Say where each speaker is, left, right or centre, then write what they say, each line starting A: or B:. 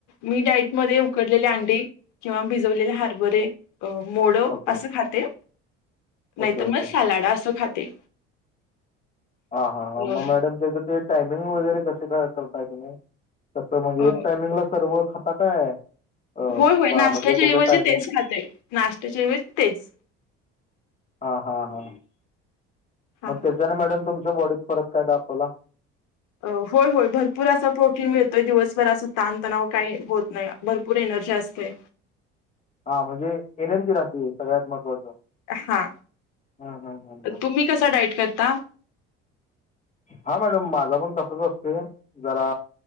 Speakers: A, on the left; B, on the left.
A: मी डाईटमध्येध्ये उकडलेले अंडी किंवा भिजवलेले हरभरे अ मोडं
B: ओके.
A: असं खाते. नाहीतर
B: ओके, ओके.
A: मग सालाडा असं खाते.
B: हा हा ह
A: अ
B: मग मॅडम त्याच ते टायमिंग वगैरे कसे काय करताय तुम्ही? तस म्हणजे
A: अ
B: एक टायमिंगला सर्व खाता काय? अ,
A: होय होय
B: बा
A: नाशत्याच्याऐवजी
B: म्हणजे त्याचं टायमिंग
A: तेच खाते. नाशत्याच्याऐवजी तेच
B: हा हा हा
A: हा
B: मग
A: हा.
B: त्याच्याने मॅडम तुमच्या बॉडीत फरक काय दाखवला?
A: अ होय होय भरपूर असा प्रोटीन मिळतोय दिवसभर असा ताणतणाव काही होत नाही. भरपूर एनर्जी असते.
B: हा म्हणजे एनर्जी राहते सगळ्यात महत्त्वाचं.
A: हा
B: हं हं हं हं
A: तुम्ही कसा डाईट करता?
B: हा मॅडम माझा पण तसच असतोय जरा